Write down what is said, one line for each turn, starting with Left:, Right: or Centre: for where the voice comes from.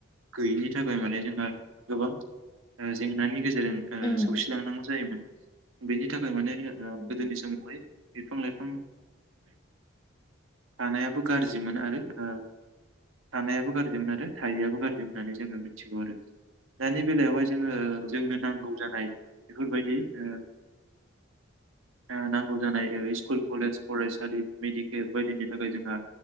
Right: गैयिनि थाखाय माने जोंहा गोबां ओ जेंनानि गेजे जेरजों
Left: उम
Right: ओ सौसिलांनांगौ जायोमोन बिनिद नि थाखाय ओ माने
Left: उम
Right: गोदोनि समावहाय बिफां लाइफां थानायाबो गाज्रिमोन आरो ओ थानायाबो गाज्रिमोन आरो थायैयाबो गाज्रि होननानै जोङो मिथिगौ आरो दानि बेलायावहाय जोङो
Left: उम औ
Right: जोंनो नांगौ जानाय बेफोरबायदि ओ ओ नांगौ जानाय
Left: उम
Right: ओ स्कुल कलेज फरायसालि मेडिकेल बायदिनि थाखाय जोंहा